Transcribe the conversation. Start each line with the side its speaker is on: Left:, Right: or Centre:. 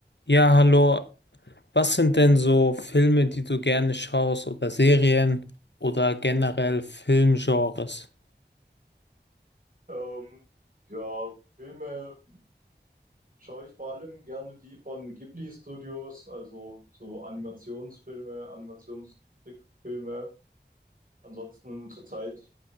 Left: Ja, hallo. Was sind denn so Filme, die du gerne schaust oder Serien oder generell Filmgenres?
Right: Ähm, ja, Filme schaue ich vor allem gerne die von Ghibli Studios, also so Animationsfilme, Animationstrickfilme. Ansonsten zurzeit